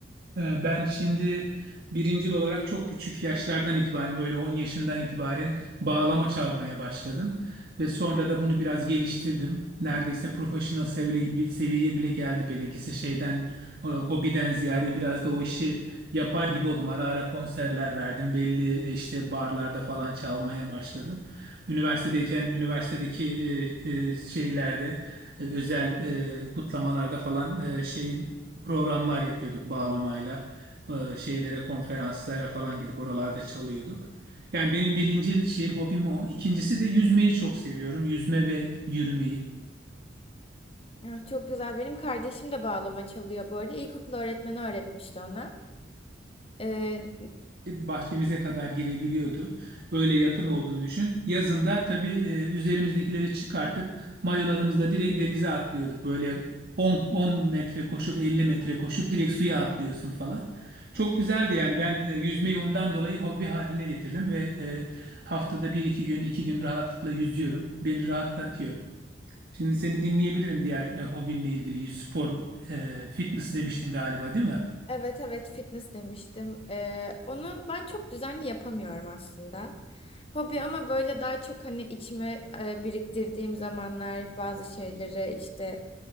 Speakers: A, on the right; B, on the left.
A: Ee, Ben şimdi birincil olarak çok küçük yaşlardan itibaren böyle 10 yaşından itibaren bağlama çalmaya başladım. Ve sonra da bunu biraz geliştirdim. Neredeyse profesyonel seviye gibi, seviyeye bile geldi benimkisi. Şeyden, e, hobiden ziyade biraz da o işi yapar gibi oldum. Ara ara konserler verdim. Belli e, işte barlarda falan çalmaya başladım. Üniversitedeyken üniversitedeki e, e, şeylerde, e, özel e, kutlamalarda falan e, şey programlar yapıyorduk bağlamayla. Ee, şeylere, konferanslara falan gidip oralarda çalıyorduk. Yani benim birinci şeyim, hobim o. İkincisi de yüzmeyi çok seviyorum. Yüzme ve yürümeyi.
B: Ay, Çok güzel. Benim kardeşim de bağlama çalıyor bu arada. İlkokul öğretmeni öğretmişti ona. Ee,
A: bahçemize kadar girebiliyordu. Öyle yakın olduğunu düşün. Yazında tabii e, üzerimizdekileri çıkartıp mayolarımızla direkt denize atlıyorduk. Böyle 10, 10 metre koşup 50 metre koşup direkt suya atlıyorsun falan. Çok güzeldi yani ben e, yüzmeyi ondan dolayı hobi haline getirdim ve e, haftada bir iki gün iki gün rahatlıkla yüzüyorum. Beni rahatlatıyor. Şimdi seni dinleyebilirim diğer e, hobinle ilgili. Yüz- Spor, e, fitness demiştin galiba değil mi?
B: Evet evet fitness demiştim. Ee, onu ben çok düzenli yapamıyorum aslında. Hobi ama böyle daha çok hani içime e, biriktirdiğim zamanlar bazı şeyleri işte